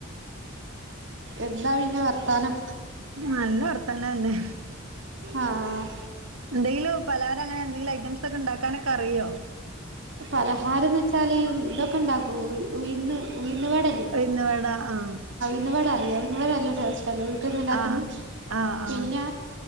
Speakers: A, on the right (about 60°); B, on the right (about 85°).
A: എന്താ പിന്നെ വർത്താനം
B: നല്ല വർത്താനം തന്നെ
A: ആഹ്
B: എന്തെങ്കിലും പലഹാരം അങ്ങനെ എന്തെങ്കിലും ഐറ്റംസ് ഒക്കെ ഉണ്ടാക്കാനൊക്കെ അറിയോ
A: പലഹാരം എന്ന് വെച്ചാല് ഇതൊക്കെ ഉണ്ടാക്കും ഉയിന്ന് ഉയിന്ന് വട
B: ഉയിന്ന് വട ആഹ
A: ഉയിന്ന് വട അറിയോ ഉയിന്ന് വട നല്ല ടെസ്റ്റ്‌ അല്ലേ വീട്ടിന്ന് ഉണ്ടാക്കുന്നെ
B: ആ ആ ആ
A: പിന്നെ